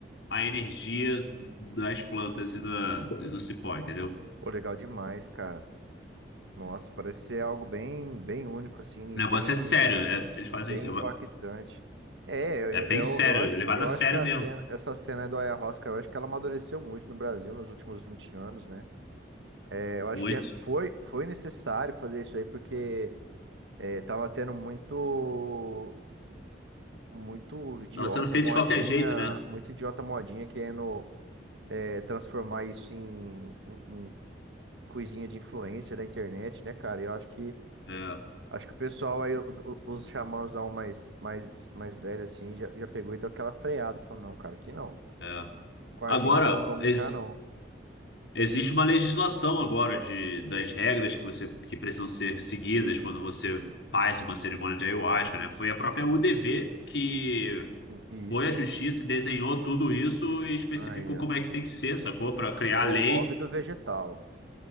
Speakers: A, on the left (about 75°); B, on the right (about 85°).
A: a energia das plantas e, na, e no cipó, entendeu?
B: Pô, legal demais, cara. Nossa, parece ser algo bem, bem único, assim,
A: O negócio
B: bem,
A: é sério, é- eles fazem.
B: bem impactante. É, eu,
A: É, é é bem sério,
B: eu, eu acho
A: é levado
B: que, eu
A: a sério
B: acho que a
A: mesmo.
B: cena, essa cena do Ayahuasca, eu acho que ela amadureceu muito no Brasil nos últimos 20 anos, né? É, Eu acho
A: Muito.
B: que é- foi, foi necessário fazer isso aí, porque É, tava tendo muito, muito idiota,
A: Tava sendo feito
B: modinha,
A: de qualquer jeito, né?
B: muito idiota modinha querendo é, transformar isso em, em- em coisinha de influencer da internet, né, cara? Eu acho que
A: É,
B: acho que o pessoal aí, o- o- os xamãzão mais, mais, mais velho assim, já, já pegou e deu aquela freada, falou, não, cara, aqui não.
A: é.
B: Com a
A: Agora,
B: gente, vocês não vão brincar,
A: ex-
B: não.
A: existe uma legislação agora de, das regras que você que precisam ser seguidas quando você faz uma cerimônia de ayahuasca, né? Foi a própria UDV que
B: E
A: foi
B: isso
A: a justiça e desenhou tudo isso e especificou
B: aí,
A: como
B: ó.
A: é que tem que ser, sacou? Pra criar
B: É
A: a
B: o
A: lei.
B: lobby do vegetal.